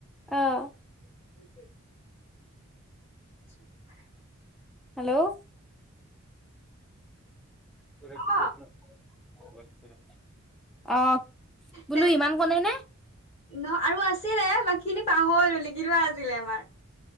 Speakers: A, in the centre; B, on the left.
A: অ',
B: <unintelligible> <unintelligible>
A: হেল্ল' <unintelligible>
B: অ
A: অ, বোলো
B: তে
A: ইমান কনে, নে
B: ন, আৰু আছিলে বাকী খিনি পাহৰি ধলি কিৱা আজিলে আমাৰ।